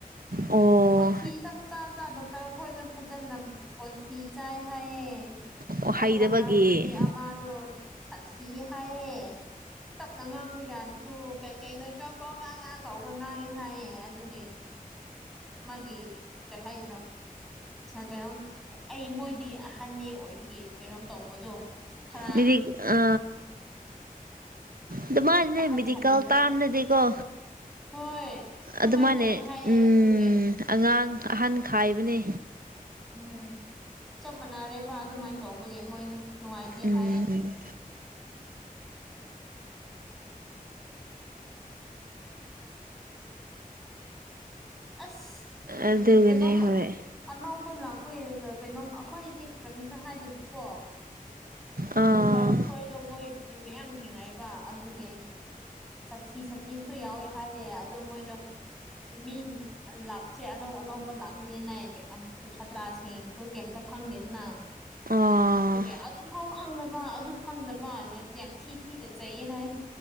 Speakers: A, on the right; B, in the centre.
A: ꯑꯣ
B: ꯀꯣꯊꯤ ꯆꯪ ꯆꯥ ꯆꯥ ꯗꯣꯛꯇꯔ ꯑꯩꯈꯣꯏꯗ ꯐꯖꯅ ꯀꯣꯟꯊꯤ ꯆꯥꯏ ꯍꯥꯏꯌꯦ
A: ꯑꯣ
B: ꯑꯗꯨꯒ
A: ꯍꯩꯗꯕꯒꯤ
B: ꯅꯔꯁ ꯅꯨꯨꯄꯤ ꯑꯃꯗꯣꯠ ꯁꯤ ꯍꯥꯏꯌꯦ ꯇꯞꯅ ꯉꯥꯡꯕ ꯌꯥꯕꯁꯨ ꯀꯩꯀꯩ ꯀ ꯀꯧ ꯥꯥ ꯇꯧꯒ ꯉꯥꯡꯉꯦ ꯍꯥꯏꯌꯦ ꯑꯗꯨꯒꯤ ꯃꯥꯒꯤ ꯀ ꯍꯥꯏꯅꯣ ꯀꯩꯅꯣꯝ ꯑꯩ ꯃꯣꯏꯗꯤ ꯑꯍꯟꯅꯤ ꯑꯣꯏꯕꯒꯤ ꯀꯩꯅꯣꯝ ꯇꯧꯕꯗꯣ ꯈꯔ
A: ꯃꯤꯗꯤ ꯑ ꯑꯗ ꯃꯥꯁꯤꯅꯦ
B: ꯑꯍꯟ
A: ꯃꯦꯗꯤꯀꯦꯜ
B: ꯁꯥꯅꯤꯡꯕꯗꯣ
A: ꯇꯥꯝꯅꯗꯤꯀꯣ
B: ꯍꯣꯏ ꯑꯗꯨꯃꯥꯏꯅ
A: ꯑꯗꯨꯃꯅꯦ
B: ꯇꯧꯋꯦ ꯍꯥꯏꯌꯦ
A: ꯎ
B: ꯑꯗꯨꯒꯤ
A: ꯑꯉꯥꯡ ꯑꯍꯟ ꯈꯥꯏꯕꯅꯦ
B: ꯎꯝ ꯆꯞ ꯃꯥꯟꯅꯔꯦꯕ ꯑꯗꯨꯃꯥꯏꯅ ꯇꯧꯕꯒꯤ ꯃꯣꯏ ꯅꯨꯡꯉꯥꯏꯇꯦ
A: ꯎꯝ
B: ꯍꯥꯏꯌꯦ ꯑꯁ
A: ꯑꯗꯨꯒꯅꯦ
B: ꯀꯩꯅꯣ
A: ꯍꯣꯏ
B: ꯑꯅꯥ ꯑꯩꯈꯣꯏ ꯀꯩꯅꯣꯝ ꯑꯩꯈꯣꯏꯗꯤ ꯀꯩꯅꯣꯝꯇ ꯍꯥꯏꯗꯦ ꯀꯣ
A: ꯑꯥ
B: ꯗꯣꯛꯇꯔ ꯈꯣꯏꯗꯣ ꯃꯣꯏꯗꯤ ꯃꯌꯥꯝ ꯊꯦꯡꯅꯕ ꯑꯗꯨꯗꯤ ꯆꯈꯤ ꯁꯛꯈꯤꯁꯨ ꯌꯥꯎꯋꯦ ꯍꯥꯏꯌꯦ ꯑꯗꯣ ꯃꯣꯏꯗꯣ ꯃꯤ ꯂꯥꯛꯄꯁꯦ ꯑꯅꯧ ꯑꯅꯧꯕ ꯂꯥꯛꯄꯁꯤꯅꯦ ꯁꯥꯇ꯭ꯔꯥꯁꯤꯡꯁꯨ ꯀꯩꯝꯇ ꯈꯪꯗꯦꯗꯅ
A: ꯑꯥ
B: ꯑꯗꯨꯒꯤ ꯑꯗꯨꯐꯥꯎ ꯈꯪꯗꯕ ꯑꯗꯨ ꯈꯪꯗꯕ ꯌꯥꯝ ꯊꯅ ꯆ ꯍꯥꯏ